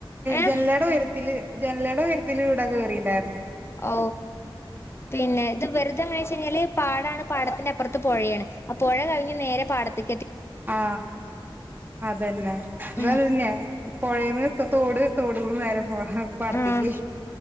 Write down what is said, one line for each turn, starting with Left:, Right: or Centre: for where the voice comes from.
Left: ഏ
Right: ജനലേട ഉയരത്തി ജനലയുടെ ഉയരത്തി ഇവിട കേയറിയിണ്ടായിരുന്നു
Left: ഓ പിന്നെ ഇത് വെറുതെന്ന് വെച്ച് കഴിഞ്ഞാല് പാടാണ് പടത്തിന്റെ അപ്പുറത്ത് പുഴയാണ് ആ പുഴ കഴിഞ്ഞ് നേരെ പാടത്തി
Right: ആ അതന്നെ ഇത
Left: ഉം
Right: തന്നെ പുഴേല് തോട് തോടുകും ധേരെ പോ ആ പാടത്തേക്ക്
Left: ആഹ്